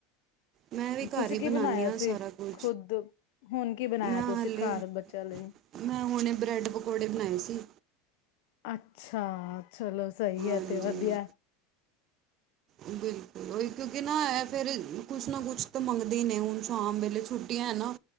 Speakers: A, on the right; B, on the left.
A: ਮੈਂ ਵੀ ਘਰ
B: ਤੁਸੀ
A: ਹੀ
B: ਕੀ
A: ਬਣਾਉਂਦੀ
B: ਬਨਾਯਾ
A: ਹਾਂ
B: ਸੀ
A: ਸਾਰਾ ਕੁਝ
B: ਖੁਦ? ਹੁਨ ਕੀ ਬਨਾਯਾ,
A: ਮੈਂ
B: ਤੁਸੀ
A: ਹਾਲੇ
B: ਘੱਰ ਬੱਚੇਯਾ ਲਈ?
A: ਮੈਂ ਹੁਨੇ ਬਰੈੱਡ ਪਕੌੜੇ ਬਨਾਏ ਸੀ।
B: ਅੱਛਾ, ਚਲੋ ਸਈ
A: ਹਾਂਜੀ
B: ਐ ਤੇ ਵਧੀਆ।
A: ਬਿਲਕੁਲ, ਓਈ ਕਿਉਂਕਿ ਨਾ ਐ ਫੇਰ ਕੁਛ ਨਾ ਕੁਛ ਤਾ ਮੰਗਦੇ ਈ ਨੇ, ਹੁਨ ਸ਼ਾਮ ਵੇਲੇ। ਛੁਟੀਆਂ ਐ ਨਾ,